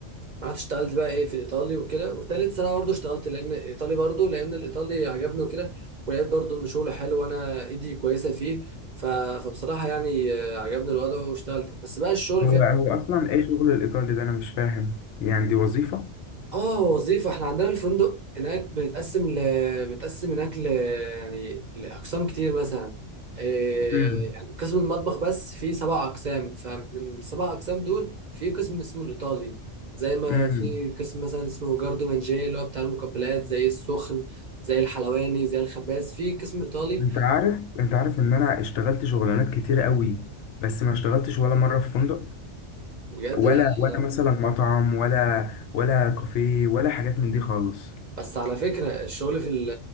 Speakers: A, on the right; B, on the left.
A: رحت اشتغلت بقى ايه في الايطالي وكده وتالت سنه برضه اشتغلت لان الايطالي برضه لان الايطالي عجبني وكده ولقيت برضه ان شغله حلو وانا ايدي كويسه فيه ف... فبصراحه يعني آه، عجبني الوضع واشتغلت بس بقى الشغل
B: هو
A: فيها
B: هو اصلا ايه شغل الايطالي ده انا مش فاهم يعني دي وظيفة
A: اه وظيفة احنا عندنا الفندق هناك بيتقسم ل... بيتقسم هناك ل... يعني لأقسام كتير مثلا إيه
B: امم
A: يعني قسم المطبخ بس فيه سبع أقسام فمن السبع أقسام دول في قسم اسمه الإيطالي زي ما
B: امم
A: في قسم مثلا اسمه جاردو مانجيه اللي هو بتاع المقبلات زي السخن زي الحلواني زي الخباز في قسم إيطالي
B: انت عارف انت عارف ان انا اشتغلت شغلانات كتيرة قوي بس ما اشتغلتش ولا مرة في فندق
A: بجد
B: ولا
A: لا
B: ولا مثلا مطعم ولا ولا كافيه ولا حاجات من دي خالص
A: بس على فكرة الشغل في ال-